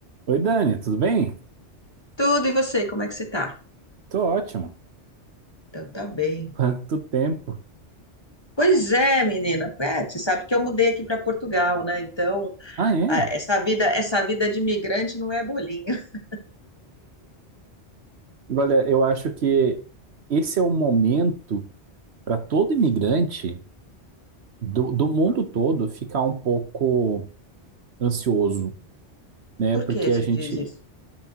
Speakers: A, on the right; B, on the left.
A: Oi, Dani, tudo bem?
B: Tudo, e você, como é que você tá?
A: Tô ótimo.
B: Então, tá bem.
A: Quanto tempo?
B: Pois é, menina. É, você sabe que eu mudei aqui para Portugal, né? Então,
A: Ah, é?
B: a- essa vida, essa vida de imigrante não é bolinho. <laughs>
A: Olha, eu acho que esse é o momento para todo imigrante do, do mundo todo ficar um pouco ansioso, né?
B: Por
A: Porque
B: que você
A: a gente.
B: diz isso?